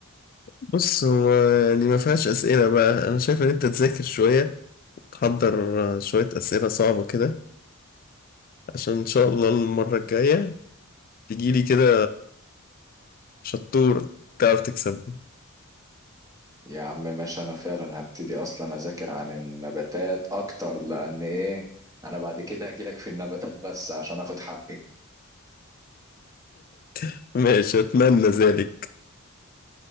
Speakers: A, on the left; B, on the right.
A: بص هو يعني ما فيهاش أسئلة بقى أنا شايف إن أنت تذاكر شوية وتحضر آه، شوية أسئلة صعبة كده عشان إن شاء الله المرة الجاية تجيلي كده شطور تعرف تكسبني
B: يا عم ماشي انا فعلا هبتدي اصلا اذاكر عن النباتات اكتر لان ايه انا بعد كده هجيلك في النباتات بس عشان اخد حقي
A: <laughs> ماشي أتمنى ذلك